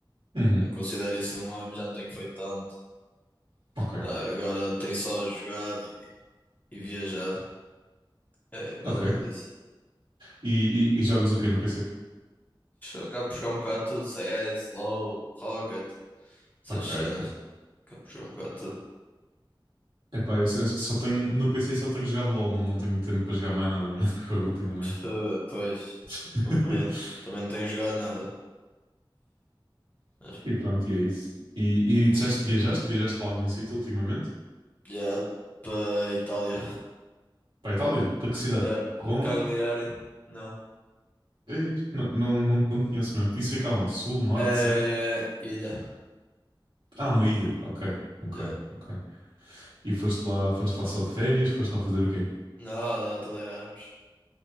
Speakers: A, on the right; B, on the left.
A: Uhum.
B: Eu considero isso um hobby, mas já não tenho feito tanto.
A: Ok.
B: Pá, agora tenho só jogado e, e viajado. É mais
A: Ok.
B: ou menos isso.
A: E, e- e jogas o quê no PC?
B: Acabo por jogar um bocado de tudo, CS, LoL, Rocket. essas
A: Ok,
B: cenas.
A: ok.
B: Caprichou um bocado tudo.
A: Epá, eu só, eu só tenho, no PC só tenho jogado LOL, não, não tenho tempo para jogar mais nada mesmo <laughs> jogo ultimamente.
B: Eh, pois,
A: <laughs>
B: eu compreendo. Também não tenho jogado nada. Mas,
A: E pronto, e é isso. E, e, e disseste, que viajaste? Viajaste para algum sítio ultimamente?
B: já, para Itália.
A: Para a Itália? Para que cidade?
B: Já,
A: Roma?
B: Cagliari. Não.
A: Ei, não, não, não, não conheço mesmo. Isso fica onde? Sul, norte,
B: É,
A: centro?
B: Ilha.
A: Ah, uma ilha. Ok, ok,
B: Já.
A: ok. E foste lá, foste lá só de férias? Foste lá fazer o quê?
B: Não, não, tudo Erasmus.